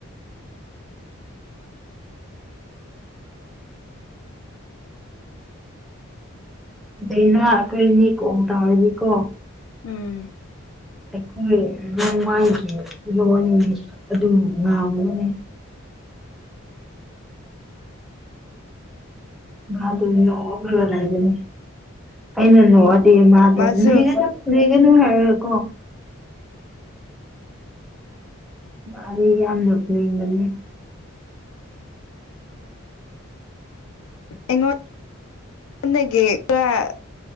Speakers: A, in the centre; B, on the left (about 75°).
A: ꯗꯩꯅ ꯑꯩꯈꯣꯏꯅꯤ ꯀꯣꯝ ꯇꯥꯕꯗꯤꯀꯣ
B: ꯎꯝ
A: ꯑꯩꯈꯣꯏ ꯔꯣꯡꯃꯥꯏꯒꯤ ꯂꯣꯟ ꯑꯗꯨꯝ ꯉꯥꯡꯕꯅꯦ ꯃꯥꯗꯣ ꯅꯣꯛꯂꯒ ꯂꯩꯕꯅꯦ ꯑꯩꯅ ꯅꯣꯛꯑꯗꯤ ꯃꯥꯗꯣ
B: ꯃꯥꯁꯨ
A: ꯂꯨꯢꯒꯅꯨ ꯂꯨꯢꯒꯅꯨ ꯍꯥꯢ ꯀꯣ ꯃꯥꯗꯤ ꯌꯥꯝ ꯅꯣꯛꯅꯤꯡꯕꯅꯤ
B: ꯑꯩꯉꯣꯟ ꯗꯒꯤ ꯀ